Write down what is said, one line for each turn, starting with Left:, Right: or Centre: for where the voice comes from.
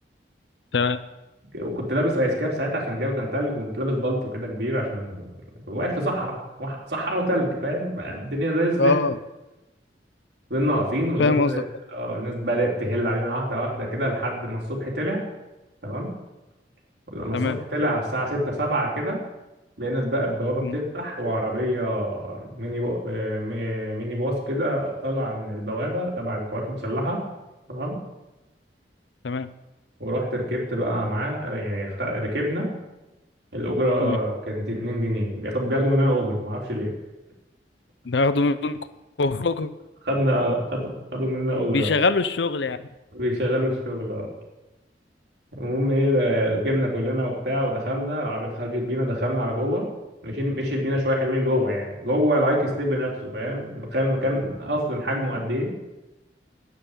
Left: تمام
Right: وكنت لابس ايس كاب ساعتها عشان الجو كان تلج وكنت لابس بلطو كده كبير عشان كنت واقف في صحراء وح- صحراء وتلج فاهم الدنيا زي الزفت
Left: اه
Right: فضلنا واقفين والناس
Left: فاهم
Right: بدأت
Left: قصدك
Right: اه الناس بدأت تهل علينا واحدة واحدة كده لحد ما الصبح طلع تمام لما
Left: تمام
Right: الصبح طلع على الساعة ستة سبعة كده لقينا بقى البوابة بتفتح
Left: مم.
Right: وعربية ميني بو... آه، مي- ميني باص كده طلع من البوابة تبع القوات المسلحة تمام
Left: تمام
Right: ورحت ركبت بقى معاه يعني خ- ركبنا الأجرة
Left: مم.
Right: كانت 2 جنيه بياخد بياخدوا مننا أجرة معرفش ليه
Left: ناخده منكم <laughs>
Right: خدنا خدنا خدوا مننا أجرة
Left: بيشغلوا الشغل يعني
Right: بيشغلوا الشغل المهم ايه ده- ركبنا كلنا وبتاع ودخلنا العربية اتحركت بينا دخلنا على جوه مشيت مشيت بينا شوية حلوين جوه يعني جوه الهايك ستيب نفسه فاهم ده تخيل المكان أصلا حجمه قد ايه